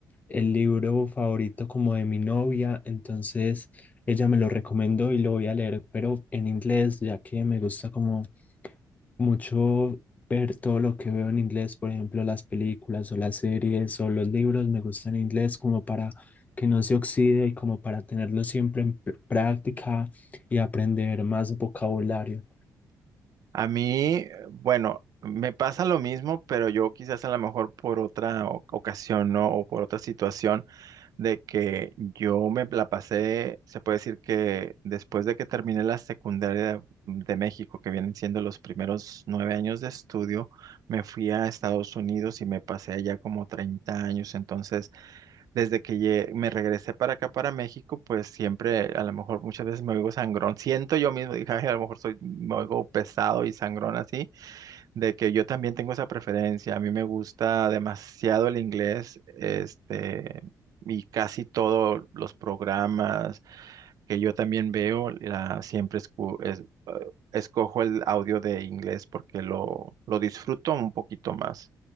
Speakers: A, on the left; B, on the right.
A: el libro favorito como de mi novia, entonces ella me lo recomendó y lo voy a leer, pero en inglés, ya que me gusta como mucho ver todo lo que veo en inglés, por ejemplo, las películas o las series o los libros me gustan en inglés como para que no se oxide y como para tenerlo siempre en pr- práctica y aprender más vocabulario.
B: a mí, bueno, me pasa lo mismo, pero yo quizás a lo mejor por otra o- ocasión, ¿no? O por otra situación. de que yo me la pasé, se puede decir que después de que terminé la secundaria de México, que vienen siendo los primeros nueve años de estudio, me fui a Estados Unidos y me pasé allá como 30 años. Entonces, desde que lle- me regresé para acá, para México, pues siempre, a lo mejor muchas veces me oigo sangrón. Siento yo mismo, dije, "Ay, a lo mejor soy, me oigo pesado y sangrón así, de que yo también tengo esa preferencia. A mí me gusta demasiado el inglés, este, y casi todos los programas que yo también veo, la- siempre escu- es- eh, escojo el audio de inglés porque lo, lo disfruto un poquito más,